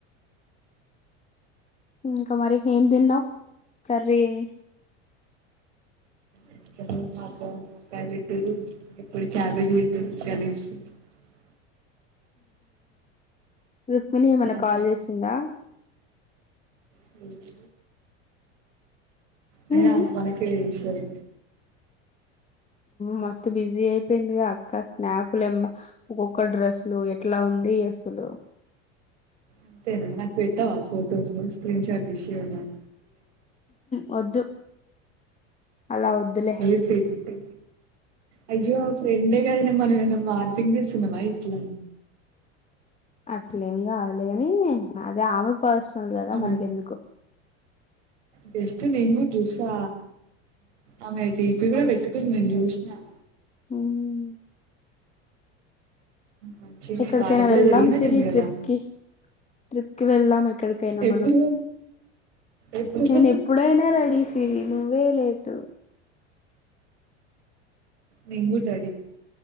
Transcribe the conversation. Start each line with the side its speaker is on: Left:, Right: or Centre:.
Left: ఇంకా మరి ఏం తిన్నావ్ కర్రీ ఏమి
Right: <unintelligible>
Left: రుక్మిణి ఏం
Right: ఇంకా
Left: అయిన కాల్ చేసిందా
Right: హ్మ్ అయిన
Left: ఉమ్.
Right: ఆయనకే చేస్తది
Left: మస్తు బిజీ అయిపోయింది అక్క స్నాపులుమ్మ ఒక్కొక్క డ్రెస్లు ఎట్లా ఉంది అసలు
Right: అంతేనా నాకు పెట్టావా ఫోటోస్లు స్క్రీన్ షాట్ తీసి ఉన్నాయి
Left: వద్దు అలా వద్దులే
Right: ఏ పెట్టు ఏ అయ్యో ఫ్రెండ్ ఏ కదా మనం ఏం అయిన మార్ఫింగ్ చేస్తున్నామ ఇట్ల
Left: అట్లేమి కాదులే కానీ అదే ఆమె ఫస్ట్ నల్ కదా
Right: ఆమె
Left: మనకెందుకు
Right: జస్ట్ నేను కుడా చూస్తా ఆమె డీపీ కూడా పెట్టుకుంది నేను చూసిన అ
Left: ఉమ్,
Right: మంచినే
Left: ఎక్కడికైనా
Right: వాళ్ళకు కూడా
Left: వెళ్దాం
Right: జరిగినట్టుంది
Left: సిరి
Right: కదా
Left: ట్రిప్కు ట్రిప్కిి వెళ్దాం ఎక్కడికైనా
Right: ఎప్పుడు
Left: మనం
Right: ఎప్పుడు
Left: నేను ఎప్పుడైనా రెడీసిరి నువ్వే లేట్
Right: నేను కూడా రెడీ